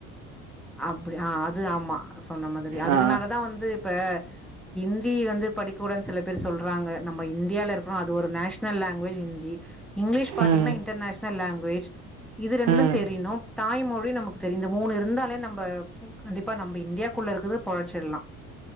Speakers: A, in the centre; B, on the right (about 80°).
A: அப்டி ஆ அது ஆமா சொன்ன மாதிரி அதுகனாலதா
B: ஆ
A: வந்து இப்ப ஹிந்தி வந்து படிக்க கூடாதுன்னு சில பேர் சொல்றாங்க நம்ம இந்தியால இருக்கிறோ அது ஒரு நேஷ்னல் லாங்குவேஜ் ஹிந்தி இங்கிலீஷ் பாத்தீங்கன்னா
B: ம்
A: இன்டர்நேஷனல் லாங் வேஜ் இது ரெண்டு
B: ம்
A: தெரியணு தாய்மொழி நமக்கு தெரிந்த மூணு இருந்தாலே நம் ம்ப கண்டிப்பா நம்ம இந்தியாக்குள்ள இருக்குது பொழ்ச்சிடலா